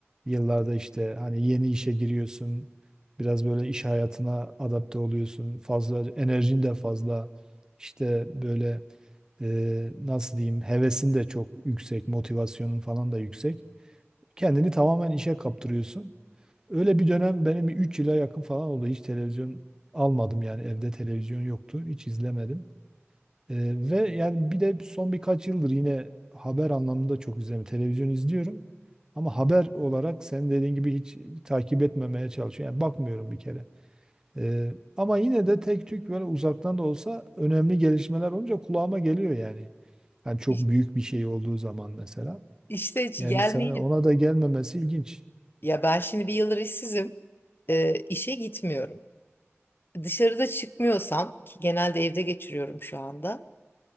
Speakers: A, on the right; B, on the left.
A: yıllarda işte hani yeni işe giriyorsun. Biraz böyle iş hayatına adapte oluyorsun. Fazla enerjin de fazla. İşte böyle e, nasıl diyeyim hevesin de çok yüksek, motivasyonun falan da yüksek. Kendini tamamen işe kaptırıyorsun. Öyle bir dönem benim 3 yıla yakın falan oldu. Hiç televizyon almadım yani evde televizyon yoktu. Hiç izlemedim. Ee, ve yani bir de son birkaç yıldır yine haber anlamında çok izlemiyorum. Televizyon izliyorum. Ama haber olarak senin dediğin gibi hiç takip etmemeye çalışıyorum. Yani bakmıyorum bir kere. Ee, ama yine de tek tük böyle uzaktan da olsa önemli gelişmeler olunca kulağıma geliyor yani. Yani çok
B: İş-
A: büyük bir şey olduğu zaman mesela.
B: İşte hiç
A: Yani
B: gelmeyince
A: sana ona da gelmemesi ilginç.
B: ya ben şimdi bir yıldır işsizim. E, işe gitmiyorum. Dışarıda çıkmıyorsam ki genelde evde geçiriyorum şu anda.